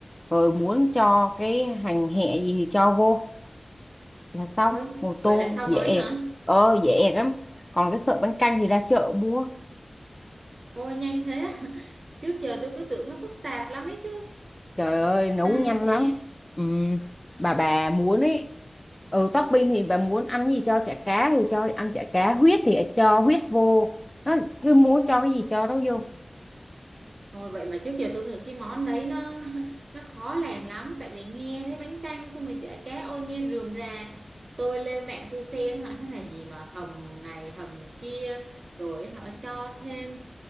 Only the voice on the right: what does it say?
Ôi
vậy
là xong
rồi
hả?
Ôi nhanh thế. <laughs> Trước giờ tôi cứ tưởng nó phức tạp lắm ấy chứ.
Ai
dè.
Ôi, vậy mà trước giờ tôi cứ- cái món đấy nó <laughs> nó khó làm lắm tại vì nghe thấy bánh canh xong rồi chả cá ôi nghe rườm rà tôi lên mạng tôi xem hả nó là gì mà hầm này hầm kia rồi họ cho thêm